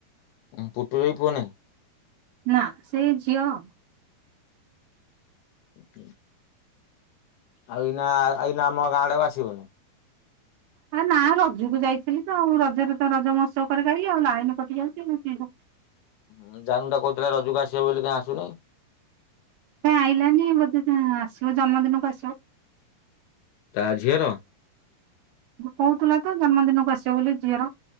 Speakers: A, on the left; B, on the right.
A: ଉଁ ପୁଟୁ ର ବି ପୁଅ ନାହିଁ?
B: ନା ସେ ଝିଅ ଆଉ।
A: <inaudible> ଆଉ ଏଇନା ଏଇନା ଆମ ଗାଁ ଆଡେ ଆଉ ଆସିବୁନି?
B: ହେ ନା ରଜକୁ ଯାଇଥିଲି ତ ଆଉ ରଜରେ ତ ରଜ ମହୋତ୍ସବ କରି ଆଇଲି ଆଉ ଲାଇନି କଟି ଯାଉଛି ମୁଁ କେମିତି
A: ହୁଁ ଜାନୁ ଟା କହୁଥିଲା ରଜକୁ ଆସିବ ବୋଲି କାଇଁ ଆସୁ ନେଇ।
B: କାଇଁ ଆଇଲାନି ବୋଧେ ସେ ଆସିବ ଜନ୍ମଦିନକୁ ଆସିବ।
A: ତା ଝିଅର?
B: କହୁଥିଲା ତ ଜନ୍ମଦିନକୁ ଆସିବ ବୋଲି ଝିଅର।